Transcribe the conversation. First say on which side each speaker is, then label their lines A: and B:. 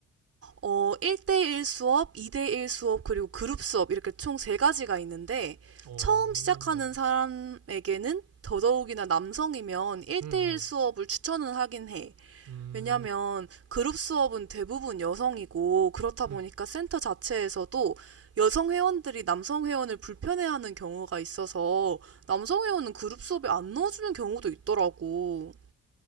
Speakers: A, on the right; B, on the right.
A: 어, 1대1 수업, 2대1 수업, 그리고 그룹 수업, 이렇게 총 세 가지가 있는데,
B: 어,
A: 처음
B: 음,
A: 시작하는 사람에게는 더더욱이나 남성이면 1대1
B: 음,
A: 수업을 추천은 하긴 해.
B: 음,
A: 왜냐면 그룹 수업은 대부분 여성이고, 그렇다
B: 음.
A: 보니까 센터 자체에서도 여성 회원들이 남성 회원을 불편해하는 경우가 있어서, 남성 회원은 그룹 수업에 안 넣어주는 경우도 있더라고.